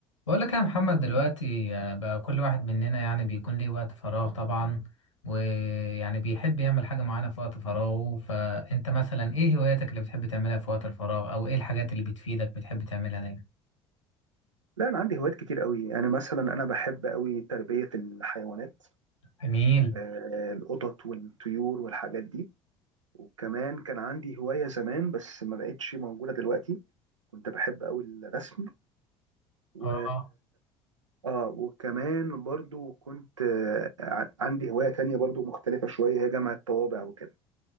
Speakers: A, on the left; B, on the right.
A: بقول لك يا محمد دلوقتي آه، بقى كل واحد مننا يعني بيكون ليه وقت فراغ طبعا ويعني بيحب يعمل حاجة معينة في وقت فراغه فأنت مثلا إيه هواياتك اللي بتحب تعملها في وقت الفراغ أو إيه الحاجات اللي بتفيدك بتحب تعملها دايما؟
B: لا انا عندي هوايات كتير قوي يعني مثلا انا بحب قوي تربيه الحيوانات
A: جميل
B: آه، القطط والطيور والحاجات دي وكمان كان عندي هوايه زمان بس ما بقتش موجوده دلوقتي كنت بحب قوي الرسم و
A: آه
B: اه وكمان برضو كنت آه، ع- عندي هوايه تانية برضو مختلفه شويه هي جمع الطوابع وكده